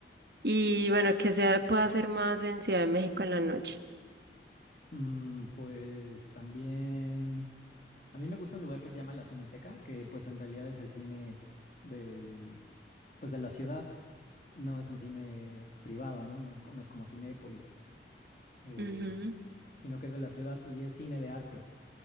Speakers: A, on the right (about 60°); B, on the left (about 45°).
A: Y bueno, que se pueda hacer más en Ciudad de México en la noche.
B: Mm, pues también... A mí me gusta un lugar que se llama la Cineteca, que pues en realidad es el cine del, pues de la ciudad. No es un cine privado, ¿no? No es, co- no es como Cinépolis, em,
A: Ujú.
B: sino que es de la ciudad y es cine de arte.